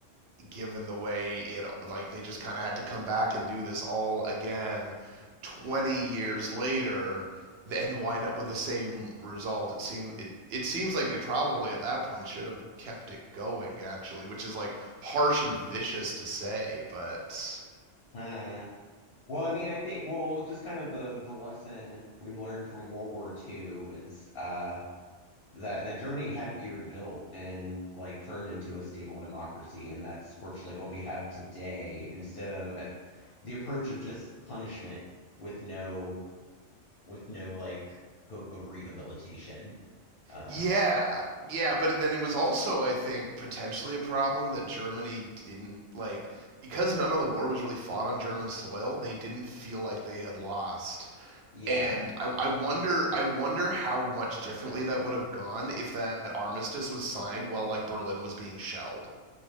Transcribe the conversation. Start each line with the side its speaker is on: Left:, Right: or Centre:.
Right: given the way it like they just kind of had to come back and do this all again 20 years later and wind up with the same result it seems it, it seems like they probably at that point should have kept it going actually which is like harsh and vicious to say but
Left: Huh. Well, I mean, I think, well, just kind of the the lesson we learned from World War II is uh that that Germany had to be rebuilt and like turned into a stable democracy, and that's fortunately what we have today instead of uh, the approach of just punishment with no with no like hope of rehabilitation. Uh,
Right: yeah yeah but then it was also i think potentially a problem that germany didn't like because none of the war was really fought on german soil they didn't feel like they had lost
Left: yeah,
Right: And I, I wonder, I wonder how much differently
Left: that's true.
Right: that would have gone if that armistice was signed while like Berlin was being shelled.